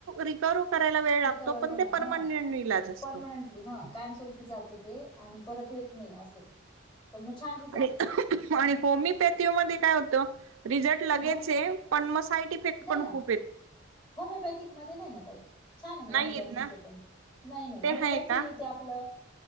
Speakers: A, on the right; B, on the left.
A: रिकर करायला वेळ लागतो
B: रिकवर
A: पण
B: होणं
A: परनंट
B: हा
A: इ असतो
B: परमनंटली हा कायमस्वरूपी जातं ते आणि परत येत नाही असे पण मछान
A: आणि आणि होमिओपॅथी मध्ये काय होतं रिझल्ट लगेच
B: होम
A: पण म सायट फेट
B: नाही
A: पण
B: ना
A: खूपेत
B: होमिओपॅथिक मध्ये नाही ना छान आहे ना होमिओपॅथिक
A: नाही येत ना
B: च पण नाही नाही
A: ते
B: होमिओपॅथी
A: आहे का
B: ते आप